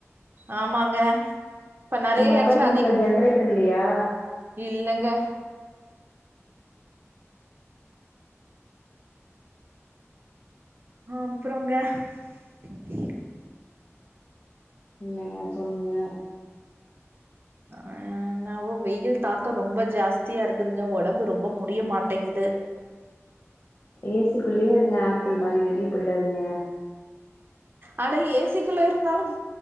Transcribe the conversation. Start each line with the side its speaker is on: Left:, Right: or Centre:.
Right: ஆமாங்க இப்ப நெறைய
Left: உங்க அப்பார்ட்மெண்ட்ல
Right: எடத்துல அதிகம்
Left: ஜென்ரேட்டர் இல்லையா
Right: இல்லங்க ஆ அப்றோங்க <inaudible>
Left: என்னங்க சொல்லுங்க
Right: ஆ அ என்னாவோ வெயில் தாக்கோ ரொம்ப ஜாஸ்தியா இருக்குதுங்க ஓடம்பு ரொம்ப முடிய மாட்டேங்குது
Left: ஏசிக்குள்ளேயே இருங்க ஆப்பிள் மாரி வெளிய போயிடாதீங்க
Right: அட ஏசிக்குள்ள இருந்தாலு